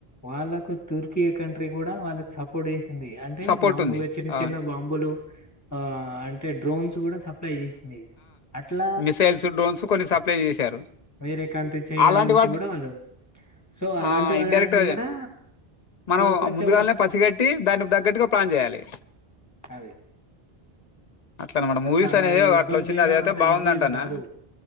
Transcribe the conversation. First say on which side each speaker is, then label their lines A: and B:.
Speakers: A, on the left; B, on the left.
A: వాళ్ళ తూర్కియా కంట్రీ కూడా వాళ్ళకి సపోర్ట్ చేస్ ది అంటే
B: సపోర్ట్
A: మామూలు
B: ఉంది
A: చిన్న
B: అవును
A: చిన్న బాంబులు ఆ అన్ డ్రోన్స్ కూడా సప్లై చేస్ ది ఆ అట్ల
B: మిసైల్స్ డ్రోన్స్ కొన్ని సప్లై చేశారు
A: వేరే కంట్రీ చైనా
B: అలాంటి
A: నుంచి
B: వాటిని
A: కూడా వాళ్ళు, సో అలాంటి
B: ఆ
A: వాళ్ళ
B: ఇండైరెక్ట్
A: నటి కూడా
B: మనం
A: కొ- కొంచెం
B: ముందుగాల్ నే పసిగట్టి దానికి తగ్గట్టుగా ప్లాన్ చేయాలి
A: అది
B: అనమాట
A: అట్లా
B: మూవీస్ అనేది
A: ఈ యుద్ధం
B: అట్లా వచ్చింది
A: చేయడం
B: అది అయితే
A: అంత
B: బాగుందంటానా
A: ఈజీ ఏం కాదు,